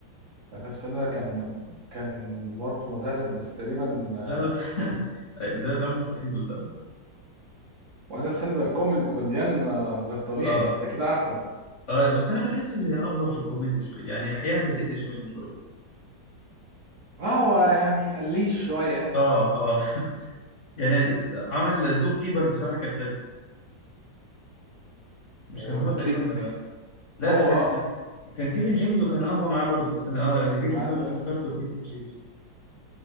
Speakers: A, on the right; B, on the left.
A: ادم ساندلر كان كان برضه مدرب بس تقريبا آه،
B: لا بس <laughs> ده دمه خفيف بصراحة
A: وادم ساندلر كوميدي كوميديان آه، غير طبيعي
B: اه
A: انت كده عارفه
B: اه لا بس انا بحسه بيأفور في الكوميديا شوية يعني احيانا بتقلش منه شوية
A: اه هو يعني قليش شويه
B: اه اه <laughs> يعني عمل زو كيبر بصراحة كان حلو مش
A: وكليك
B: كان هو تقريبا لا
A: هو
B: ده كان
A: اه
B: كان كيفن جيمس وكان اه هو معاه برضه بس انا اه اللي جه
A: مثلا
B: في دماغي افتكرته كيفن جيمس